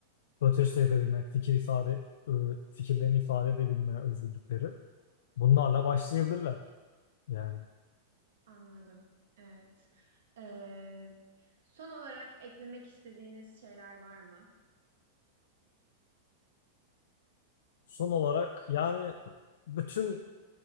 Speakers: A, on the left; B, on the right.
A: protesto yapabilme, fikir ifade, e, fikirlerini ifade edebilme özgürlükleri. Bunlarla başlayabilirler. Yani
B: Anladım. Evet. Ee, son olarak eklemek istediğiniz şeyler var mı?
A: son olarak yani bütün